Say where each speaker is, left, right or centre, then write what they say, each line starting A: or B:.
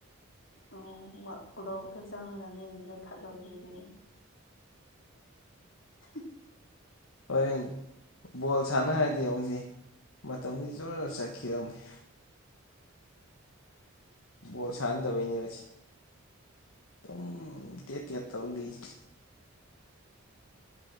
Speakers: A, on the left; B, on the left.
A: ꯑꯣ ꯋꯠ ꯀ꯭ꯂꯣꯛꯇ ꯆꯪꯪꯂꯒꯅꯦ ꯂꯩꯈꯠꯂꯣꯗꯨꯗꯤ <unintelligible>
B: ꯑꯣꯏꯔꯦꯟ ꯕꯣꯜ ꯁꯥꯟꯅ ꯍꯥꯔꯗꯤ ꯍꯧꯖꯤꯛ ꯃꯇꯝꯖꯤ ꯖꯣꯔꯣꯖꯣꯔꯣ ꯆꯠꯈꯤꯗꯧꯅꯤ ꯕꯣꯜ ꯁꯥꯟꯗꯕꯩꯅꯦ ꯃꯁꯤ ꯑꯗꯨꯝ ꯇꯦꯠ ꯇꯦꯠ ꯇꯧꯂꯩ